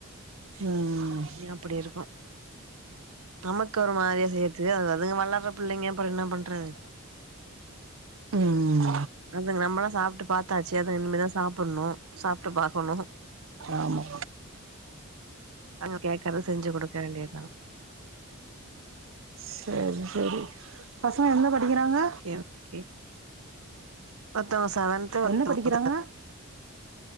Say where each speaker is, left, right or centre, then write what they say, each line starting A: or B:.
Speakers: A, on the right; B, on the right.
A: ம்
B: இனி அப்டி இருக்கு நமக்கு ஒரு மாரியா செய்ற்துக்கு அது அதுங்க வளறப் பிள்ளைங்க அப்பறம் என்ன பண்றது
A: ம்
B: அது நம்ளாம் சாப்ட்டு பாத்தாச்சு அதா இனிமே தா சாப்பணும் சாப்ட்டு பாக்கணும்
A: ஆமா
B: அவங்க கேக்கற்த செஞ்சு குடுக்க வேண்டிதுதா
A: சேரி சேரி பசங்க என்ன படிக்கறாங்க
B: ஓகே ஓகே ஒருத்தவங்க செவன்த்து ஒருத்தவங்க
A: என்ன படிக்கறாங்க